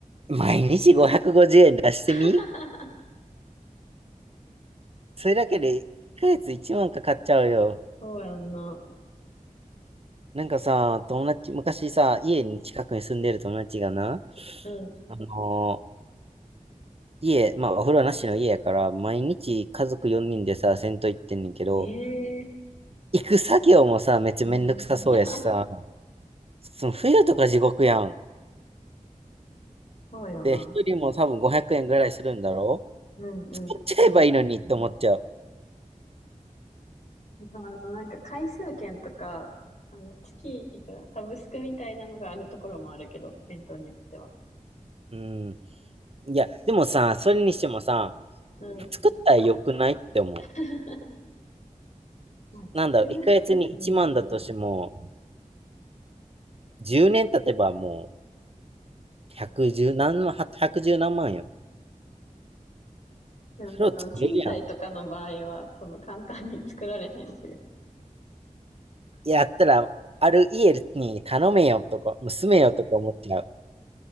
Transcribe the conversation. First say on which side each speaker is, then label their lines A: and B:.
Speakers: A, on the right (about 45°); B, on the left (about 60°).
A: 毎日550円出してみ
B: <laughs>
A: それだけで1ヶ月1万かかっちゃうよ。
B: うんそうやんな。
A: なんかさ、友達、昔さ、家に近くに住んでる友達がな、
B: う
A: あのー家、まあお風呂なしの家やから、毎日家族4人でさ、銭湯行ってんねんけど、
B: ん。ええ
A: 行く作業もさ、めっちゃめんどくさそうやしさ、
B: <laughs>
A: その冬とか地獄やん。
B: そうよな。
A: で、一人も多分500円ぐらいするんだろ
B: うんうん。
A: 使っちゃえばいいのにって思っちゃう。
B: まああの、なんか回数券とか、あの、月いくら、サブスクみたいなのがあるところもあるけど、銭湯によっては。
A: うん。いや、でもさ、それにしてもさ、
B: うん。
A: 作ったら良くないって思う。
B: <laughs> まあ、
A: なんだろう、
B: 作る、
A: 1ヶ月に1万だとしても、
B: うん。
A: 10年経てばもう、110何万、1 1何万よ。
B: でもさ、
A: それを作れるやん。
B: その賃貸とかの場合は、その簡単に作られへんし。
A: やったら、ある家に頼めよとか、住めよとか思っちゃう。